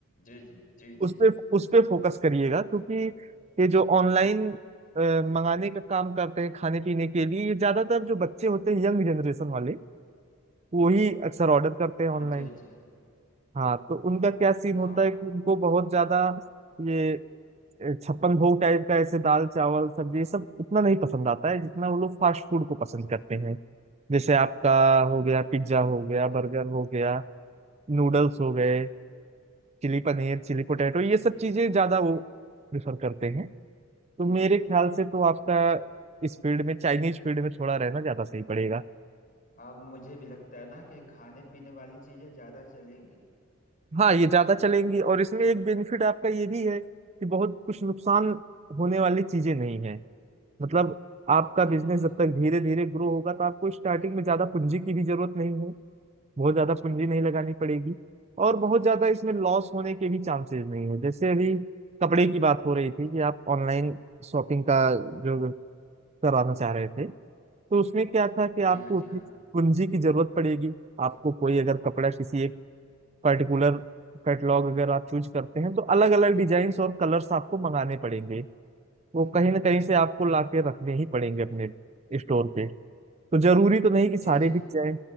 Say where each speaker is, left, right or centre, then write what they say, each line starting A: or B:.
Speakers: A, on the left; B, on the right.
A: जी जी जी जी
B: उस
A: जी
B: पे उस पे फोकस करिएगा क्योंकि ये जो ऑनलाइन मंगाने का काम करते हैं खाने पीने के लिए ये ज्यादातर जो बच्चे होते हैं यंग जनरेशन वाले वही अक्सर ऑर्डर करते हैं ऑनलाइन
A: हाँ जी हाँ जी हाँ
B: हाँ तो उनका क्या सीन होता
A: हाँ
B: है कि उनको बहुत ज्यादा ये ए, छप्पन भोग टाइप का ऐसे दाल चावल सब्जी ये सब उतना नहीं पसंद आता है जितना वो लोग फास्ट फूड को पसंद करते हैं जैसे आपका हो गया पिज्जा हो
A: वो
B: गया बर्गर हो गया नूडल्स हो गए चिली पनीर चिली पोटैटो ये सब चीजें ज्यादा वो प्रेफर करते हैं तो मेरे ख्याल से तो आपका इस फील्ड में चाइनीज फील्ड में थोड़ा रहना ज्यादा सही पड़ेगा
A: हाँ मुझे भी लगता है ना कि खाने पीने वाली चीजें ज्यादा चलेंगी
B: हाँ ये ज्यादा चलेंगी और इसमें एक बेनिफिट आपका ये भी है कि बहुत कुछ नुकसान होने वाली चीजें नहीं है मतलब आपका
A: जी
B: बिजनेस
A: हाँ जी
B: जब
A: हाँ
B: तक धीरे धीरे ग्रो होगा तो आपको स्टार्टिंग में ज्यादा पूंजी की भी जरूरत नहीं है बहुत ज्यादा पूंजी नहीं लगानी पड़ेगी और बहुत ज्यादा इसमें लॉस होने के भी चांसेस नहीं है जैसे अभी कपड़े की बात हो रही थी कि आप ऑनलाइन शॉपिंग का जो कराना चाह रहे थे तो उसमें क्या था कि
A: जी
B: आपको
A: हाँ जी
B: उतनी
A: हाँ
B: पूंजी की जरूरत पड़ेगी आपको कोई अगर कपड़ा किसी एक पर्टिकुलर कैटलॉग अगर आप चूज करते हैं तो अलग अलग डिजाइन और कलर्स आपको मंगाने पड़ेंगे वो कहीं ना कहीं से आपको लाके रखने ही पड़ेंगे अपने स्टोर पे तो जरूरी तो नहीं कि सारे
A: जी जी
B: बिक जाए